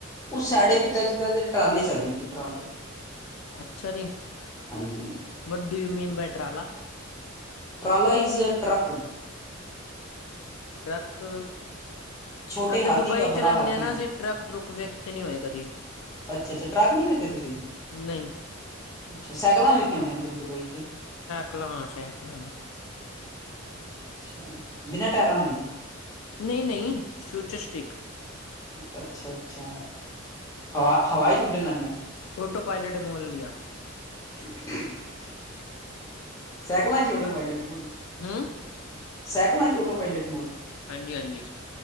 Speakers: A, on the left (about 15°); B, on the left (about 85°).
A: ਓ ਸਾਡੇ ਪਿਤਾ ਜੀ ਦਾ, ਦੇ ਟਰਾਲੇ ਚੱਲਦੇ ਨੇ, ਜੀ ਟਰਾਲੇ।
B: ਅੱਛਾ ਜੀ,
A: ਹਾਂਜੀ ਹਾਂਜੀ
B: what do you mean by ਟਰਾਲਾ?
A: ਟਰਾਲਾ ਇੱਜ਼ ਟਰੱਕ।
B: ਟਰੱਕ
A: ਛੋਟੇ
B: ਐੱਥੇ
A: ਹਾਥੀ
B: ਦੁਬਈ
A: ਕਾ ਬੜਾ
B: ਚ ਰੈਨੇ
A: ਹਾਥੀ
B: ਆ ਨਾ ਅਸੀ, ਟਰੱਕ ਟਰੁੱਕ ਵੇਖੇ ਨੀ ਹੋਏ ਕਦੀ।
A: ਅੱਛਾ, ਅੱਛਾ ਟਰਾੱਕ ਨੀ ਵੇਖੇ ਤੁਸੀ।
B: ਨਈ।
A: ਅੱਛਾ, ਸੈਕਲਾਂ ਵੇਖੀਆਂ ਹੋਣੀਆਂ ਫੇਰ ਦੁਬਈ ਤੇ
B: ਕਲਾਂਸ਼ ਏ ਕਲਾਸ਼
A: ਅੱਛਾ, ਅੱਛਾ ਬਿਨਾ ਟੈਯਰਾਂ ਆਲੀਆਂ
B: ਨਈ, ਨਈ ਫਯੁਚ ਸਟਿਕ
A: ਅੱਛਾ, ਅੱਛਾ ਹਵਾ ਹਵਾ ਚ ਉੱਡਨ ਆਲੀਆਂ?
B: ਫੋਟੋ ਪਾਯਲਟ ਮੋਲ ਆਲਿਆਂ।
A: <inaudible> ਸੈਕਲਾਂ ਚ ਔਟੋ ਪਾਯਲਟ ਮੋਡ,
B: ਹਮ
A: ਸੈਕਲਾਂ ਚ ਔਟੋ ਪਾਯਲਟ ਮੋਡ
B: ਹਾਂਜੀ ਹਾਂਜੀ